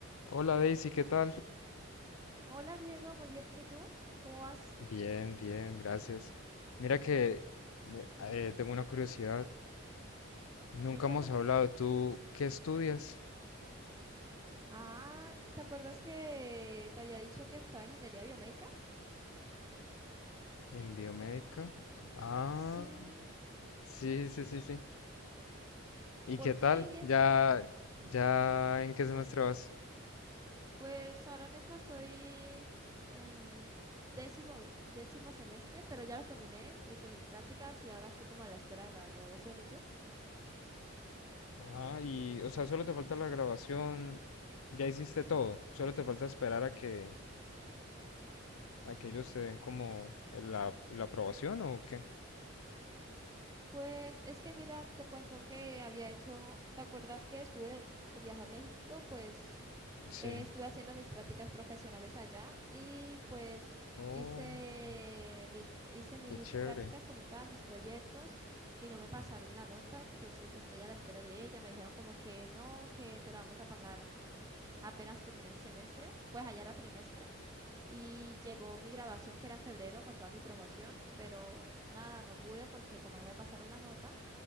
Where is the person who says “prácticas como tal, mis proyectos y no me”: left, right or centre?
Right